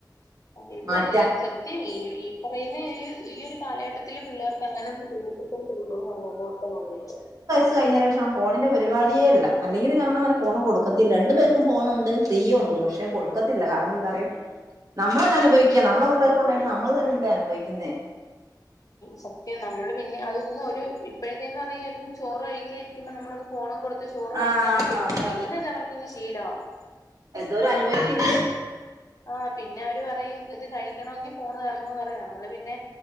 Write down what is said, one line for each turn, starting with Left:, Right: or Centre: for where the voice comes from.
Left: ഇത്
Right: മാറ്റാ
Left: ഈ സത്യം ഈ ഈ പറയുന്ന ഈ ഒരു കാലഘട്ടത്തില് പിള്ളേർക്ക് അങ്ങനെ ഒന്നും ചൂപ്പിക്കൊണ്ടിരിക്കു <inaudible> ന്ന ണ് അഥംണ്ട്
Right: അത്കഴിഞ്ഞ ശേഷം ഫോണിന്റെ പരിപാടിയേല്ല അല്ലെങ്കിലും ഞങ്ങളങ്ങനെ ഫോൺ കൊടുക്കത്തില്ല രണ്ട് പേർക്കും ഫോണണ്ട് ഫ്രീയും ഉണ്ട് പക്ഷേ കൊടുക്കത്തില്ല കാരണം എന്താ അറിയോ നമ്മളന്നാഅനുഭവിക്കുക നമ്മടെ ഫിള്ളേർക്കൊള്ളത് നമ്മള് തന്നെല്ല അനുഭവിക്കുന്നേ
Left: സത്യം നമ്മള് പിന്നെ അതന്ന് ഒരു ഇപ്പോഴത്തെന്ന് പറയ ചോറ് കഴിക്കായിരിക്കുമ്പോ നമ്മള ഫോണും കൊടുത്ത്ചോറ് കഴിക്കാനായിട്ട്
Right: ആഹ്
Left: ഇരുത്തും
Right: അതെ
Left: പിന്നെ അത് അവർക്ക് അങ്ങ ശീലമാവും
Right: എന്തോര അനുഭവിക്കുന്നണ്ട്
Left: ആ പിന്നെ അവര് പറയും ഇത് കഴിക്കണമെങ്കിൽ ഫോണ് തരണന്ന് പറയും നമ്മള് പിന്നെ